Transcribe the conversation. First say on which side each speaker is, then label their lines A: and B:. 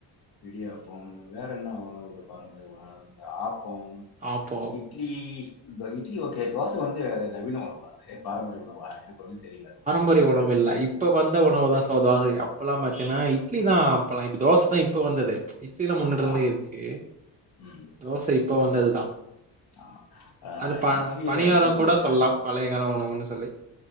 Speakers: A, on the left (about 60°); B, on the right (about 20°).
A: இடியாப்போம் வேற என்ன உணவுகள் பாரம்பரிய உணவு இந்த ஆப் போம்
B: ஆப்போ
A: இட்லி இந்த இட்லி ஓகே தோச வந்து நவீன உணவா அது பாரம்பரிய உணவா ஒன்னு தெரில
B: பரிய உணவு இல்ல இப்ப வந்த உணவு தான் சோ தா அது இப்பெல்லாம் பாத்திங்கன்னா இட்லி தான் அப்பல்லாம் இப் தோச தான் இப்ப வந்தது ச் இட்லிலா முன்னட இருந்தே
A: ஆ.
B: இருக்கு
A: ம்.
B: தோச இப்போ வந்ததுதான்
A: ஆமா. அ
B: அது ப
A: இட்லி
B: பணியாரம்
A: அடிச்சுக்க
B: கூட
A: முடியாது.
B: சொல்லலாம் பழைய கால உணவுன்னு சொல்லி